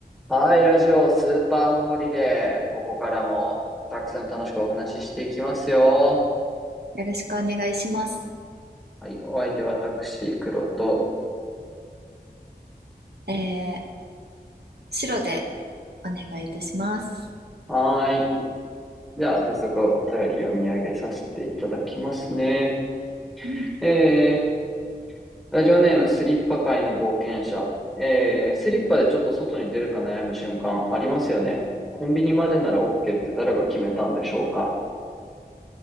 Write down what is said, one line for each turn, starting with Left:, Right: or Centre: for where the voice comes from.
Centre: はい、ラジオスーパーホリデー。ここからもたくさん楽しくお話ししていきますよ。
Right: よろしくお願いします。
Centre: はい、お相手は私、黒と。
Right: えー、白でお願いいたします。
Centre: はーい。じゃあ、早速お便り読み上げさせていただきますね。
Right: うん、
Centre: えー、ラジオネームスリッパ界の冒険者。えー、スリッパでちょっと外に出るか悩む瞬間ありますよね。コンビニまでなら OK って誰が決めたんでしょうか